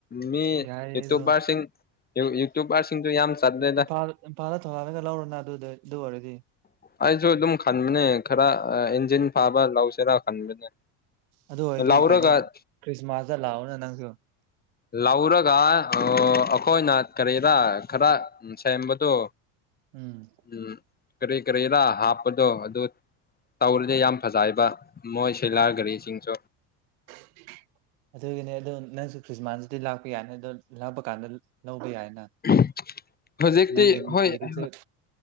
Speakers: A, on the left; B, on the right.
A: ꯃꯤ
B: ꯌꯥꯏꯌꯦ
A: ꯌꯨꯇꯨꯕꯔꯁꯤꯡ
B: ꯑꯗꯣ
A: ꯌꯨꯇꯨꯕꯔꯁꯤꯡꯗꯨ ꯌꯥꯝ ꯆꯠꯂꯦꯗ
B: ꯏꯝꯐꯥꯜ ꯏꯝꯐꯥꯜꯗ ꯊꯣꯒꯜꯂꯒ ꯂꯧꯔꯣꯅ ꯑꯗꯨꯗ ꯑꯗꯨ ꯑꯣꯏꯔꯗꯤ
A: ꯑꯩꯁꯨ ꯑꯗꯨꯝ ꯈꯟꯕꯅꯦ ꯈꯔ ꯑꯥ ꯏꯟꯖꯤꯟ ꯐꯥꯕ ꯂꯧꯁꯤꯔꯥ ꯈꯟꯕꯅꯦ
B: ꯑꯗꯨ ꯑꯣꯏꯗꯤ
A: ꯂꯧꯔꯒ
B: ꯀꯩꯅꯣ ꯈ꯭ꯔꯤꯁꯃꯥꯁꯇ ꯂꯥꯛꯑꯣꯅ ꯅꯪꯁꯨ
A: ꯂꯧꯔꯒ ꯑꯣ ꯑꯩꯈꯣꯏꯅ ꯀꯔꯤꯗ ꯈꯔ ꯎꯝ ꯁꯦꯝꯕꯗꯣ
B: ꯎꯝ
A: ꯎꯝ ꯀꯔꯤ ꯀꯔꯤꯔꯥ ꯍꯥꯞꯄꯗꯣ ꯑꯗꯨ ꯇꯧꯔꯗꯤ ꯌꯥꯝ ꯐꯖꯩꯕ ꯃꯣꯏ ꯁꯤꯂꯥꯔ ꯒꯥꯔꯤꯁꯤꯡꯁꯨ
B: <unintelligible> ꯑꯗꯨꯒꯤꯅꯦ ꯑꯗꯣ ꯅꯪꯁꯨ ꯈ꯭ꯔꯤꯁꯃꯥꯁꯇꯗꯤ ꯂꯥꯛꯄ ꯌꯥꯏꯅꯤ ꯑꯗꯣ ꯂꯥꯛꯄ ꯀꯥꯟꯗ ꯂꯧꯕ ꯌꯥꯏꯅ
A: <unintelligible> ꯍꯧꯖꯤꯛꯇꯤ
B: ꯅꯪꯒꯤ ꯅꯨꯄꯤꯗꯨꯁꯨ
A: ꯍꯣꯏ ꯑꯍ